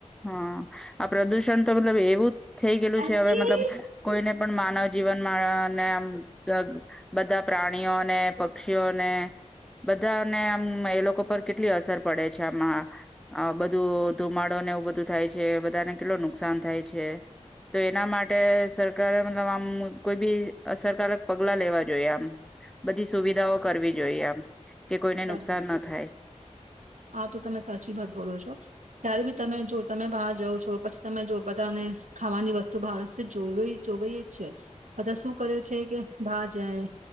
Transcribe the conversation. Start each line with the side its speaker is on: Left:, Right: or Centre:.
Centre: હા. પ્રદૂષણ તો મતલબ એવું જ થઈ ગયેલું
Right: અંજલી
Centre: છે હવે મતલબ કોઈને પણ માનવ જીવનમાં ને આમ બધા પ્રાણીઓને પક્ષીઓને બધાને આમ એ લોકો પર કેટલી અસર પડે છે આમાં બધું ધુમાડો ને એવું બધું થાય છે બધાને કેટલું નુકસાન થાય છે તો એના માટે સરકારે મતલબ આમ કોઈ બી અસરકારક પગલા લેવા જોઈએ આમ બધી સુવિધાઓ કરવી જોઈએ આમ. કે કોઈને
Right: કરવું
Centre: નુકસાન ન થાય.
Right: હા તો તમે સાચી વાત બોલો છો ત્યારે બી તમે જો તમે બહાર જાઓ છો પછી તમે જો બધાને ખાવાની વસ્તુ બહાર જો જોવાઈ જ છે બધા શું કરે છે કે બહાર જાય